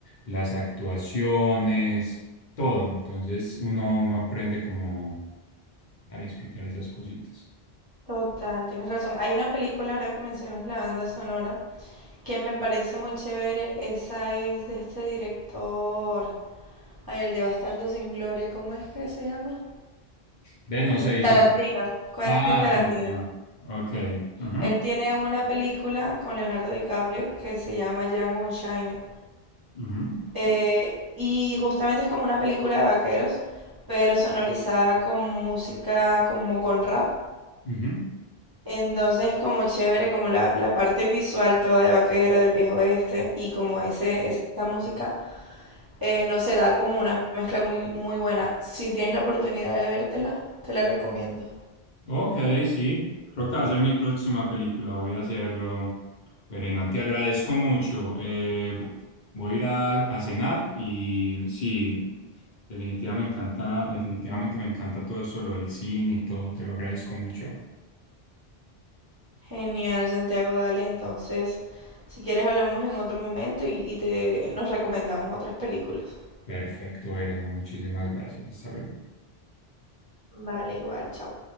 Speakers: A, on the left (about 55°); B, on the right (about 25°).
A: las actuaciones, todo. Entonces uno, uno aprende como a disfrutar esas cositas.
B: Total, tienes razón. Hay una película ahora que mencionas la banda sonora que me parece muy chévere. Esa es de este director. Ay, el de Bastardo sin Gloria, ¿cómo es que se llama?
A: Ve, no sé, y
B: Tarantino,
A: tampoco.
B: Quentin
A: Ah,
B: Tarantino.
A: Tarantino. Ok. Ujú,
B: Él tiene una película con Leonardo DiCaprio que se llama Django Unchained.
A: ujú,
B: Eh, y justamente es como una película de vaqueros, pero sonorizada con música como con rap.
A: ujú.
B: Entonces como chévere, como la, la parte visual toda de vaquero, del viejo oeste, y como ese, esa música, eh, no sé, da como una mezcla muy, muy buena. Si tienes la oportunidad de vértela, te la recomiendo.
A: Ok, sí, creo que va a ser mi próxima película, voy a hacerlo. Verena, te agradezco mucho. eh, vo- voy a ir a, a cenar y sí, definitivamente me encanta, definitivamente me encanta todo eso, lo del cine y todo, te lo agradezco mucho.
B: Genial, Santiago, dale. Entonces, si quieres hablamos en otro momento y, y te, nos recomendamos otras películas.
A: Perfecto, Verena, muchísimas gracias. Hasta luego.
B: Vale, igual, chao.